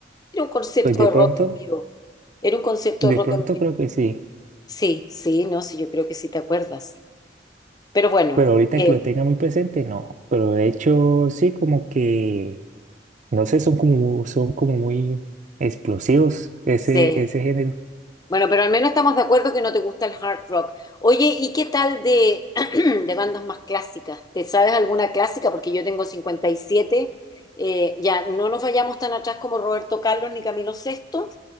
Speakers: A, on the left (about 20°); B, on the right (about 40°).
A: Era un concierto
B: Pues de
A: de
B: pronto,
A: rock en vivo. Era un concierto
B: de
A: de rock
B: pronto
A: en vivo.
B: creo que sí,
A: Sí, sí, no, sí, yo creo que sí te acuerdas. Pero bueno,
B: pero ahorita
A: eh,
B: que lo tenga muy presente, no. Pero de hecho, sí, como que, no sé, son como, mu- son como muy explosivos ese,
A: sí.
B: ese género.
A: Bueno, pero al menos estamos de acuerdo que no te gusta el hard rock. Oye, ¿y qué tal de, <clears throat> de bandas más clásicas? ¿Te sabes alguna clásica? Porque yo tengo 57. eh, ya no nos vayamos tan atrás como Roberto Carlos ni Camilo Sesto,